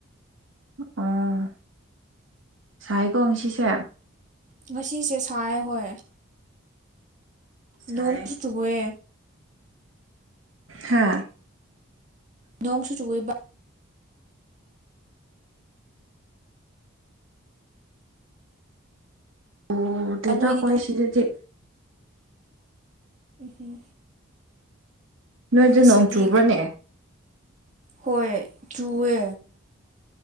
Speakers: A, on the right; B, on the right.
A: ꯑꯣ ꯁꯥꯏꯒꯣꯡ ꯁꯤꯁꯦ
B: ꯉꯁꯤꯁꯦ ꯁꯥꯏ ꯍꯣꯏ
A: ꯁꯥꯏ
B: ꯅꯣꯡꯁꯨ ꯆꯨꯒꯦ
A: ꯍꯥꯥ
B: ꯅꯣꯡꯁꯨꯨ ꯆꯨ ꯑꯣꯏꯕ
A: ꯎꯗꯦꯗ
B: ꯅꯣꯏꯗꯤ
A: ꯑꯩꯈꯣꯏ
B: ꯅꯣ
A: ꯁꯤꯗꯗꯤ
B: ꯎꯝ
A: ꯅꯣꯏꯗ
B: ꯑꯁꯤꯗꯤ
A: ꯅꯣꯡ ꯆꯨꯕ꯭ꯔꯅꯦ
B: ꯍꯣꯏ ꯆꯨꯋꯦ